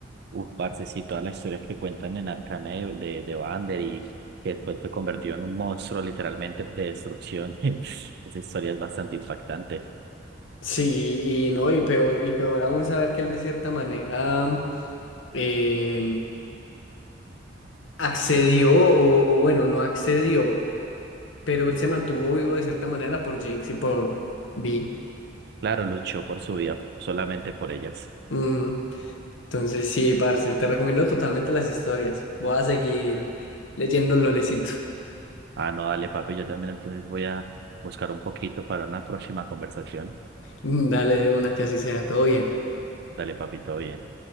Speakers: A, on the right; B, on the left.
A: Uf, parce, sí, todas las historias que cuentan en Arcane de, de, de Vander y que después fue convertido en un monstruo literalmente de destrucción. <laughs> Esa historia es bastante impactante.
B: Sí, y no, y peor, y peor aún saber que él de cierta manera em, accedió, o, o bueno, no accedió, pero él se mantuvo vivo de cierta manera por Jinx y por Vi.
A: Claro, luchó por su vida, solamente por ellas.
B: Ujú. Entonces, sí, parce, te recomiendo totalmente las historias. Voy a seguir leyendo Lorecito.
A: Ah, no, dale, papi, yo también entonces voy a buscar un poquito para una próxima conversación.
B: Mm, Dale de una que así sea, todo bien.
A: Dale, papi, todo bien.